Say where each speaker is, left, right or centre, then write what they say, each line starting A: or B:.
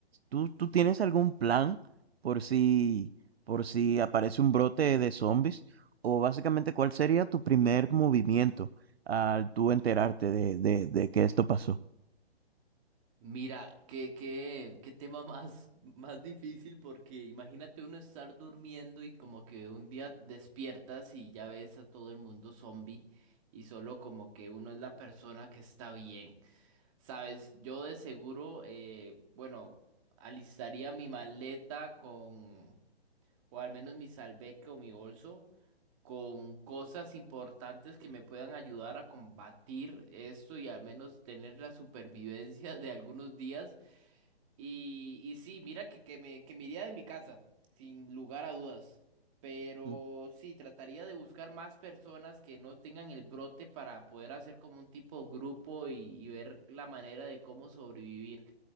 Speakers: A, on the right (about 70°); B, on the right (about 30°).
A: ¿tú, tú tienes algún plan por si, por si aparece un brote de zombies? O básicamente, ¿cuál sería tu primer movimiento al tú enterarte de, de, de que esto pasó?
B: Mira, qué, qué, qué tema <laughs> más, más difícil porque imagínate uno estar durmiendo y como que un día despiertas y ya ves a todo el mundo zombie y solo como que uno es la persona que está bien. Sabes, yo de seguro, eh, bueno, alistaría mi maleta con, o al menos mi salveque o mi bolso, con cosas importantes que me puedan ayudar a combatir esto y al menos tener la supervivencia <laughs> de algunos días. Y, y sí, mira que, que me, que me iría de mi casa, sin lugar a dudas. Pero
A: Mm,
B: sí, trataría de buscar más personas que no tengan el brote para poder hacer como un tipo grupo y, y ver la manera de cómo sobrevivir.